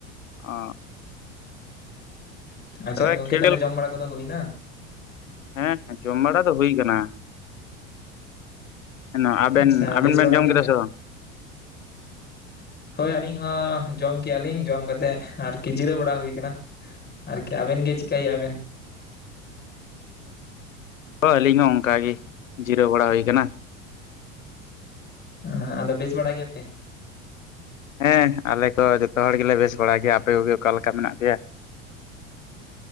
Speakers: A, on the left (about 80°); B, on the left (about 25°).
A: ᱚ᱾
B: ᱟᱪᱪᱷᱟ
A: ᱛᱚᱵᱮ
B: ᱜᱚᱝᱠᱮ
A: ᱠᱷᱮᱞ
B: ᱛᱟᱦᱞᱮ ᱡᱚᱢ ᱵᱟᱲᱟ ᱠᱚᱫᱚ ᱦᱩᱭᱱᱟ?
A: ᱦᱮᱸ ᱡᱚᱢ ᱵᱟᱲᱟ ᱫᱚ ᱦᱩᱭ ᱠᱟᱱᱟ᱾ ᱱᱚᱣᱟ ᱟᱵᱮᱱ
B: ᱟᱪᱪᱷᱟ
A: ᱟᱵᱮᱱ
B: ᱵᱮᱥ ᱵᱟᱲᱟ
A: ᱵᱮᱱ ᱡᱚᱢ
B: ᱜᱮᱭᱟᱯᱮ?
A: ᱠᱮᱫᱟ ᱥᱮ ᱵᱟ?
B: ᱦᱳᱭ ᱟᱞᱤᱧ ᱦᱚᱸ ᱡᱚᱢ ᱠᱮᱜ-ᱟ ᱞᱤᱧ ᱡᱚᱢ ᱠᱟᱛᱮᱫ ᱟᱨᱠᱤ ᱡᱤᱨᱟᱹᱣ ᱵᱟᱲᱟ ᱦᱩᱭ ᱠᱟᱱᱟ᱾ ᱟᱨᱠᱤ ᱟᱵᱮᱱ ᱜᱮ ᱪᱤᱠᱟᱹᱭᱮᱜᱼᱟ ᱵᱮᱱ?
A: ᱦᱚ ᱟᱹᱞᱤᱧ ᱦᱚᱸ ᱚᱱᱠᱟ ᱜᱮ ᱡᱤᱨᱟᱹᱣ ᱵᱟᱲᱟ ᱦᱩᱭ ᱠᱟᱱᱟ᱾
B: ᱦᱟᱸ ᱦᱟᱸ ᱟᱫᱚ ᱵᱮᱥ ᱵᱟᱲᱟ ᱜᱮᱭᱟ ᱯᱮ?
A: ᱦᱮᱸ ᱟᱞᱮ ᱠᱚ ᱡᱚᱛᱚ ᱦᱚᱲ ᱜᱮᱞᱮ ᱵᱮᱥ ᱵᱟᱲᱟ ᱜᱮᱭᱟ, ᱟᱯᱮ ᱠᱚᱜᱮ ᱚᱠᱟ ᱞᱮᱠᱟ ᱢᱮᱱᱟᱜ ᱯᱮᱭᱟ?